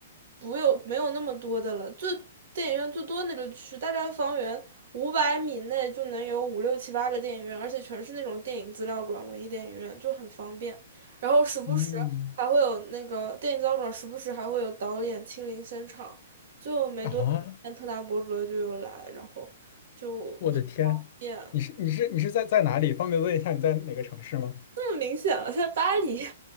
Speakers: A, on the right; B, on the left.
A: 不有没有那么多的了，最电影院最多那个区大概方圆五百米内就能有五六七八个电影院，而且全是那种电影资料馆、文艺电影院，就很方便。然后时不时还会有那个电影胶卷，
B: 嗯
A: 时不时还会有导演亲临现场。就没多久，
B: 啊，
A: 特大博主就又来，然后就
B: 我的天！
A: 也
B: 你是你是你是在在哪里？方便问一下你在哪个城市吗？
A: 这么明显了，在巴黎